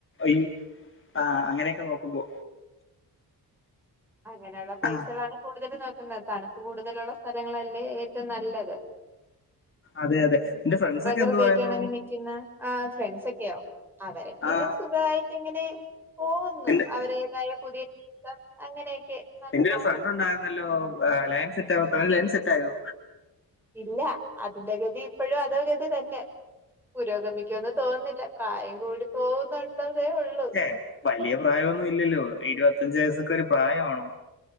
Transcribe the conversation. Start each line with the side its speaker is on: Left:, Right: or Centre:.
Left: ഈ ആ അങ്ങനെയൊക്കെ നോക്കുമ്പോ
Centre: അങ്ങനെ ഒള്ള പ്ലേയ്സേളാണ്
Left: ആ
Centre: കൂടുതല് നോക്കുന്ന. തണുപ്പ് കൂടുതലൊള്ള സ്ഥലങ്ങളല്ലേ ഏറ്റോം നല്ലത്.
Left: അതെ അതെ നിന്റെ ഫ്രണ്ട്സ്
Centre: പ്രകൃതിയൊക്കെണങ്ങി
Left: ഒക്കെ എന്ത് പറയുന്നു
Centre: നിക്കുന്ന ആ ഫ്രണ്ട്സൊക്കെയോ അവരൊക്കെ
Left: ആ
Centre: സുഖായിട്ടിങ്ങനെ പോവുന്നു
Left: എന്റെ
Centre: അവരേതായ പുതിയ ജീവിതം അങ്ങനെയൊക്കെ നമുക്ക്
Left: എന്റൊരു
Centre: പോകുന്നു
Left: ഫ്രണ്ട് ഉണ്ടായിരുന്നല്ലോ ഏ ലൈൻ സെറ്റാവാത്ത അവന് ലൈൻ സെറ്റായോ
Centre: ഇല്ല അതിന്റെ ഗതി ഇപ്പഴും അതോഗതി തന്നെ പുരോഗമിക്കുമെന്ന് തോന്നുന്നില്ല പ്രായം കൂടി പോകുന്നുണ്ടതേ ഉള്ളൂ
Left: എ വലിയ പ്രായൊന്നും ഇല്ലല്ലോ ഇരുവത്തഞ്ചു വയസ്സൊക്കെ ഒരു പ്രായവാണോ